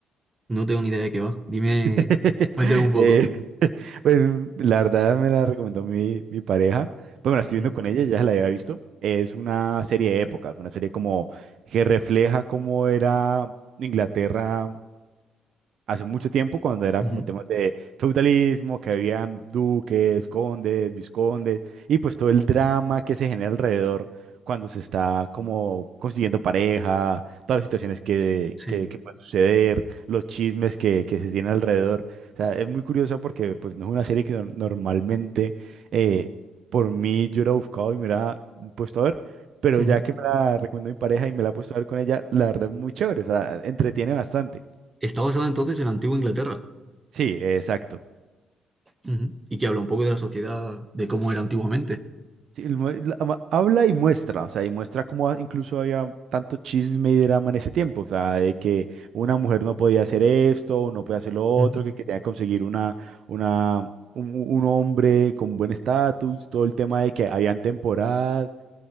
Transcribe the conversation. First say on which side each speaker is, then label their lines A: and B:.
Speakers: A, on the right; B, on the right.
A: No tengo ni idea de qué va. Dime,
B: <laughs>
A: cuéntame un poco.
B: Eh, <laughs> pues la verdad me la recomendó mi, mi pareja. Pues me la estoy
A: Ujú,
B: viendo con ella, ya se la había visto. Es una serie de épocas, una serie como que refleja cómo era Inglaterra hace mucho tiempo cuando era
A: ujú,
B: como temas de feudalismo, que habían duques, condes, viscondes, y pues todo el drama que se genera alrededor cuando se está como consiguiendo pareja, todas las situaciones que,
A: Sí.
B: que, que pueden suceder, los chismes que, que se tienen alrededor. O sea, es muy curioso porque pues no es una serie que nor- normalmente eh, por mí yo hubiera buscado y me hubiera puesto a ver. Pero
A: ujú.
B: ya que me la recomendó mi pareja y me la he puesto a ver con ella, la verdad es muy chévere, o sea, entretiene bastante.
A: Está basada entonces en la antigua Inglaterra.
B: Sí, eh, exacto.
A: Ujú. Y que habla un poco de la sociedad, de cómo era antiguamente.
B: Sí, el mu- la- ama- habla y muestra, o sea, y muestra cómo a- incluso había tanto chisme y drama en ese tiempo, o sea, de que una mujer no podía hacer esto, no podía hacer lo otro,
A: Ujú,
B: que quería conseguir una, una, un, un hombre con buen estatus, todo el tema de que habían temporadas